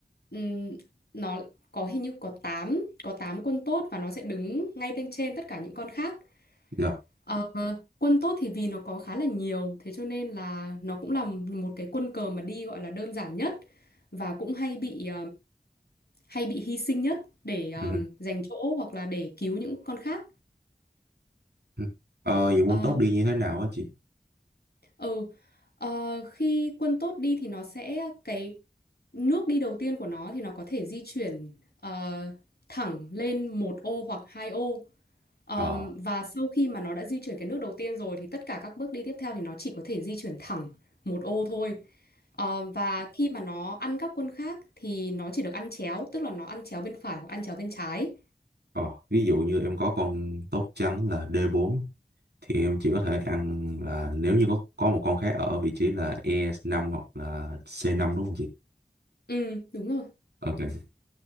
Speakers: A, on the left (about 65°); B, on the right (about 75°).
A: ừm, nó có hình như có tám có tám quân tốt và nó sẽ đứng ngay bên trên tất cả những con khác
B: dạ.
A: Ờ, quân tốt thì vì nó có khá là nhiều thế cho nên là nó cũng là một cái quân cờ mà đi gọi là đơn giản nhất và cũng hay bị hay bị hy sinh nhất để um,
B: Ừ.
A: giành chỗ hoặc là để cứu những con khác.
B: ừ. Ờ, vậy quân
A: Ờ,
B: tốt đi như thế nào á chị?
A: ừ, Ờ, khi quân tốt đi thì nó sẽ cái nước đi đầu tiên của nó thì nó có thể di chuyển ờ, thẳng lên một ô hoặc hai ô. Ờm,
B: Ờ.
A: và sau khi mà nó đã di chuyển cái nước đầu tiên rồi thì tất cả các bước đi tiếp theo thì nó chỉ có thể di chuyển thẳng một ô thôi. Ờ, và khi mà nó ăn các quân khác thì nó chỉ được ăn chéo, tức là nó ăn chéo bên phải hoặc ăn chéo bên trái.
B: Ờ, ví dụ như em có con tốt trắng là D4 thì em chỉ có thể ăn là nếu như có có một con khác ở vị trí là E5 hoặc là C5 đúng không chị?
A: Ừ, đúng rồi.
B: Ok.